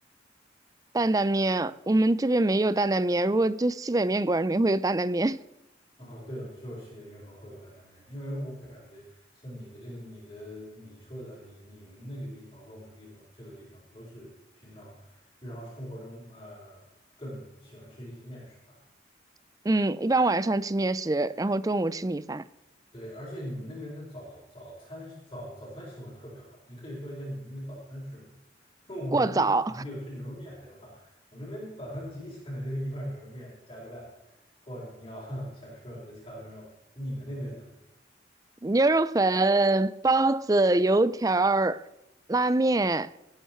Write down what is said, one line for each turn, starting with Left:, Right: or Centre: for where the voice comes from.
Right: 担担面，我们这边没有担担面，如果就西北面馆里面会有担担面。
Left: 然后对，有就是西北面和会有担担面，因为我感觉像你的这个、你的、你说的、你你们那个地方和我们地方这个地方都是平常日常生活中呃更喜欢吃一些面食吧。
Right: <laughs> 嗯，一般晚上吃面食，然后中午吃米饭，
Left: 对，而且你们那边的早早餐早早餐习惯特别好，你可以说一下你们那边早餐吃什么？<laughs> 因为我们这边早餐就吃牛肉面，
Right: 过早
Left: 对吧？我们那边早餐极简的就是一碗牛肉面加个蛋，或者你要 <laughs> 想吃肉就加份肉。那你们那边呢？
Right: <laughs> 牛肉粉、包子、油条儿拉面，